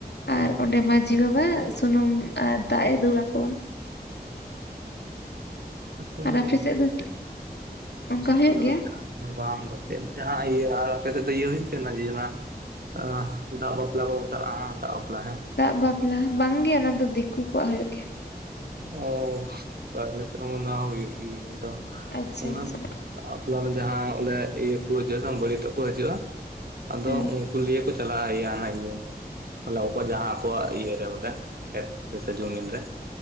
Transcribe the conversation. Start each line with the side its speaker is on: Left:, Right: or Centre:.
Right: ᱦᱮᱸ
Left: ᱟᱨ ᱚᱸᱰᱮ ᱢᱟ ᱢᱟᱹᱡᱷᱤ ᱵᱟᱵᱟ ᱥᱩᱱᱩᱢ ᱟᱨ ᱫᱟᱜ ᱮ ᱫᱩᱩᱞ ᱟᱠᱚᱣᱟ
Right: ᱟᱛᱚ ᱚᱱᱟ
Left: ᱟᱨ ᱟᱯᱮ
Right: ᱛᱚ
Left: ᱥᱮᱫ ᱫᱚ ᱚᱱᱠᱟ
Right: ᱜ ᱠᱚ <unintelligible>
Left: ᱦᱩᱭᱩᱜ ᱜᱮᱭᱟ
Right: ᱵᱟᱝ ᱵᱟᱯᱮᱫ ᱡᱟᱦᱟᱸ ᱤᱭᱟᱹ ᱟᱨ ᱟᱯᱮ ᱥᱮᱫ ᱫᱚ ᱤᱭᱟᱹ ᱦᱩᱭᱩᱜ ᱛᱮ ᱤᱭᱟᱹ ᱡᱮ ᱚᱱᱟ ᱟᱜ ᱫᱟᱜ ᱵᱟᱯᱞᱟ ᱠᱚ ᱢᱮᱛᱟᱜ ᱫᱟᱜ ᱵᱟᱯᱞᱟ
Left: ᱫᱟᱜ ᱵᱟᱯᱞᱟ ᱵᱟᱝ ᱜᱮ ᱚᱱᱟ ᱫᱚ ᱫᱤᱠᱩ ᱠᱚᱣᱟᱜ ᱦᱩᱭᱩᱜ ᱜᱮᱭᱟ
Right: ᱚ ᱟᱞᱮ ᱥᱮᱫ ᱚᱱᱟ ᱦᱩᱭᱩᱜ ᱜᱮᱭᱟ ᱫᱚ
Left: ᱟᱪᱪᱷᱟ
Right: ᱚᱱᱟ
Left: ᱟᱪᱪᱷᱟ
Right: ᱛᱟᱨᱯᱚᱨᱮ ᱚᱱᱮ ᱡᱟᱦᱟ ᱚᱱᱰᱮ ᱤᱭᱟᱹ ᱠᱚ ᱡᱚᱠᱦᱚᱱ ᱵᱟᱹᱨᱤᱭᱟᱹᱛᱚᱜ ᱠᱚ ᱦᱤᱡᱩᱜᱼᱟ ᱟᱫᱚ
Left: ᱦᱮᱸ
Right: ᱩᱱᱠᱩ ᱩᱞᱤᱭᱟᱹ ᱠᱚ ᱪᱟᱞᱟᱜᱼᱟ ᱟᱱᱟ ᱼᱟ <unintelligible> ᱵᱚᱞᱮ ᱚᱠᱚᱭ ᱡᱟᱦᱟᱸ ᱟᱠᱚᱣᱟᱜ ᱤᱭᱟᱹᱨᱮ ᱵᱚᱞᱮ ᱠᱷᱮᱛ ᱨᱮ ᱥᱮ ᱡᱚᱢᱤᱱ ᱨᱮ